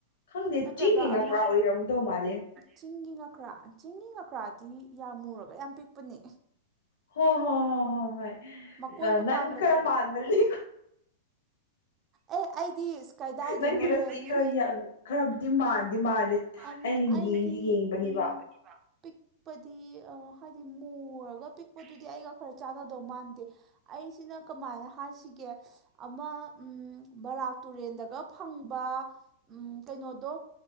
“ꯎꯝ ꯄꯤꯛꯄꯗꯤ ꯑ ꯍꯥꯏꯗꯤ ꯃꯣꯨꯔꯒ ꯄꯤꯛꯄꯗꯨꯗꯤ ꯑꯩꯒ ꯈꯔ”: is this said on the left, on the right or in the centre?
Right